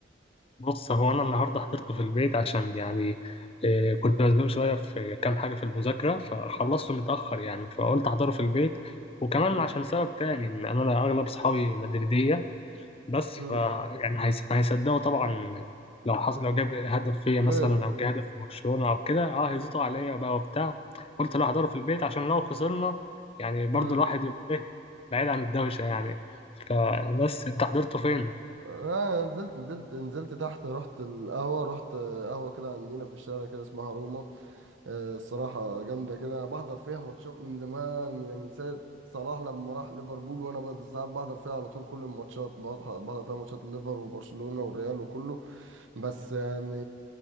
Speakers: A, on the left; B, on the right.
A: بص هو انا النهارده حضرته في البيت عشان يعني آه، كنت مزنوق شويه في كام حاجه في المذاكره فخلصته متاخر يعني فقلت احضره في البيت وكمان
B: مم.
A: عشان سبب تاني ان انا اغلب اصحابي
B: امم
A: مدريديه بس
B: مم.
A: ف يعني هيس- هيصدقوا طبعا لو حصل لو جاب هدف فيا
B: بالظبط
A: مثلا او جاب هدف في برشلونه او كده اه هيزيطوا عليا بقى وبتاع قلت لا هحضره في البيت عشان لو خسرنا يعني برضو
B: امم
A: الواحد يبقى ايه بعيد عن الدوشه يعني فبس انت حضرته فين؟
B: آه نزلت نزلت نزلت تحت رحت القهوة رحت قهوة كده عندنا في الشارع كده اسمها روما آه الصراحة جامدة كده أنا بحضر فيها ماتشات من زمان يعني من ساعة صلاح لما راح ليفربول وأنا بقى ساعات بحضر فيها على طول كل الماتشات بحضر بحضر فيها ماتشات الليفر وبرشلونة والريال وكله بس يعني